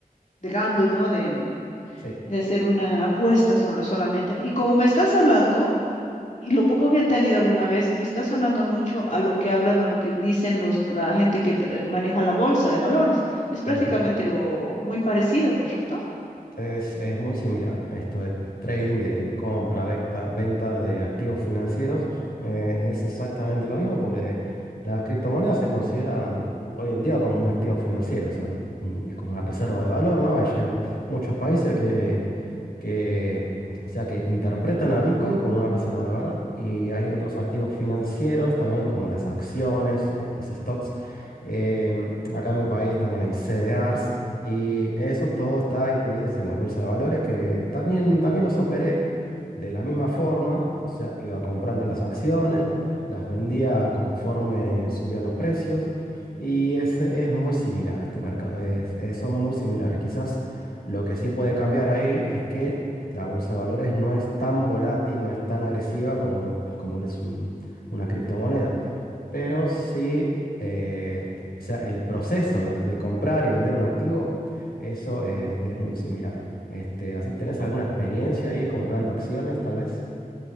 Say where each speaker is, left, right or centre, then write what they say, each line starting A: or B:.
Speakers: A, on the left; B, on the left.
A: de gamble, ¿no? De,
B: sí,
A: de hacer una apuesta sola- solamente, ¿no? Y como me estás hablando y lo poco que he entendido alguna vez, me está sonando mucho a lo que hablan o lo que dicen los, la gente que tra- maneja la bolsa de valores. Es prácticamente
B: ujú.
A: lo muy parecido, ¿correcto?
B: Es, es muy similar. Esto de trading, de compra, venta, venta de activos financieros, eh, es exactamente lo mismo porque las criptomonedas se consideran hoy en día como un activo financiero, o sea, mm, es como una reserva de valor, ¿no? Hay- Ya hay muchos países que, que, o sea, que interpretan a Bitcoin como una reserva de valor y hay otros activos financieros también como las acciones, eh, los stocks. Eh, acá en mi país también hay CDRs, y eso todo está incluido en las bolsas de valores que también, también los operé de la misma forma. O sea, iba comprando las acciones, las vendía conforme subían los precios. Y ese es muy similar este mercado. es- es- son muy similares. Quizás lo que sí puede cambiar ahí es que la bolsa de valores no es tan volátil, no es tan agresiva como, lo- como lo es un- una criptomoneda. Pero sí, eh, o sea, el proceso de, de comprar y vender un activo, eso eh, es muy similar. Este, así, ¿tenés alguna experiencia ahí comprando acciones, tal vez?